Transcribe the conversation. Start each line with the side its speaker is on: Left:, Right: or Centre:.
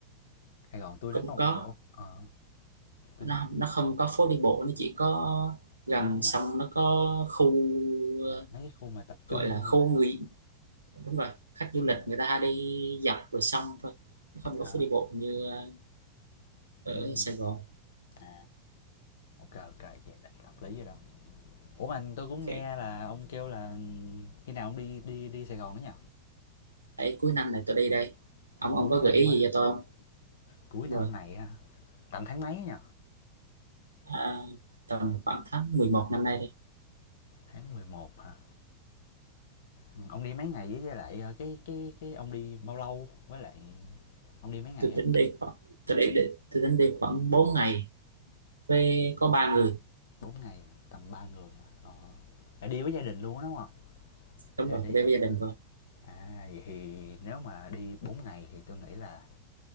Left: Sài Gòn tôi
Right: cũng
Left: nó có một
Right: có
Left: chỗ ờ, tui
Right: nó nó không có phố đi bộ nó chỉ có gần
Left: kiểu mà,
Right: sông nó có khu ờ,
Left: ờ, mấy cái khu mà tập
Right: gọi
Left: trung
Right: là khu
Left: mà
Right: người đúng rồi khách du lịch
Left: đúng rồi,
Right: người ta hay đi dọc bờ sông thôi nó
Left: đó,
Right: không có phố đi bộ như ờ, ở
Left: ừm,
Right: Sài Gòn
Left: à, ô kê, vậy là hợp lý rồi đó. Ủa, mà tôi cũng
Right: Ok.
Left: nghe là ông kêu là khi nào ông đi đi đi Sài Gòn đó nhỉ?
Right: Đấy, cuối năm này tôi đi
Left: Ờ,
Right: đây ông ông
Left: Cuối
Right: có gợi
Left: năm
Right: ý
Left: á,
Right: gì cho tôi không
Left: cuối
Right: Đúng
Left: năm
Right: rồi
Left: này ha, tầm tháng mấy á nhỉ?
Right: à, tầm khoảng tháng 11 năm nay đi
Left: Tháng 11 hả? Ừ, ông đi mấy ngày với với lại ờ, cái cái cái ông đi bao lâu với lại ông đi mấy ngày
Right: tôi
Left: ấy?
Right: tính đi khoảng tôi đi, đi tôi tính đi khoảng 4 ngày với có ba
Left: Ừ.
Right: người
Left: 4 ngày tầm 3 người hả? Ờ. Là đi với gia đình luôn á đúng không?
Right: đúng
Left: Hay
Right: rồi
Left: là
Right: tôi
Left: đi
Right: đi
Left: bạn?
Right: với gia đình thôi
Left: À vậy thì nếu mà đi 4 ngày thì tôi nghĩ là